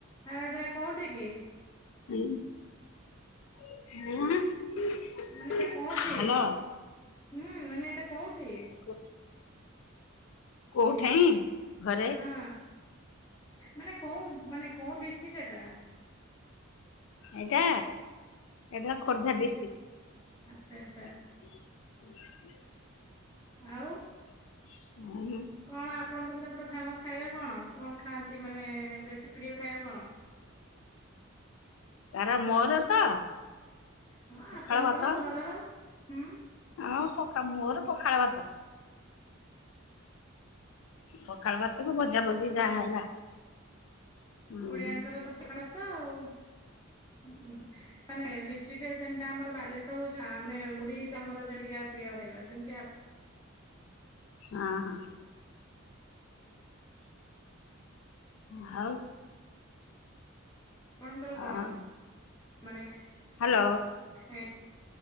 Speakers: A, on the left; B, on the left.
A: ଆଟା କୋଉଠି କି?
B: ହୁଁ। <inaudible>
A: ମାନେ ଏଇଟା କୋଉଠି
B: ହ୍ୟାଲୋ।
A: ହୁଁ ମାନେ ଏଇଟା କୋଉଠି?
B: <inaudible> କୋଉଠାଇଁ ଘରେ।
A: ହଁ ମାନେ କଁଉ ମାନେ କୋଉ ଡିଷ୍ଟ୍ରିକ ଏଟା?
B: ଏଟା ଏଟା ଖୋର୍ଦ୍ଧା ଡିଷ୍ଟ୍ରିକ।
A: ଆଚ୍ଛା-ଆଚ୍ଛା।
B: ହଁ
A: ଆଉ
B: <inaudible>
A: କଣ ଆପଣଙ୍କର ସେପଟେ ଫେମସ୍ ଖାଇବା କଣ କଣ ଖାଆନ୍ତି ମାନେ ବେଶୀ ପ୍ରିୟ ଖାଇବା କଣ?
B: କାର ମୋର ତ
A: ହଁ
B: ପଖାଳ
A: ଆପଣଙ୍କର
B: ଭାତ।
A: ଘରର ହୁଁ
B: ହଁ ପଖା ମୋର ପଖାଳ ଭାତ। ପଖାଳ ଭାତକୁ ଭଜା ଭଜିି
A: ଆଚ୍ଛା
B: ଯାହା ହେଲା ହୁଁ।
A: ଓଡିଆଙ୍କର ତ ପଖାଳ ତ ଆଉ ଉଁ। ମାନେ ଡିଷ୍ଟ୍ରିକ୍ଟରେ ଯେମିତି ଆମର ବାଲେଶ୍ଵର ହଉଚି ମାନେ ମୁଢିଟା ଆମର ଯେମିତିକା ପ୍ରିୟ ଖାଇବା ସେମିତି ଆ
B: ଅ ହଁ। ହଉ।
A: ଆପଣଙ୍କର କଣ
B: ଆଉ
A: ମାନେ
B: ହ୍ୟାଲୋ
A: <unintelligible>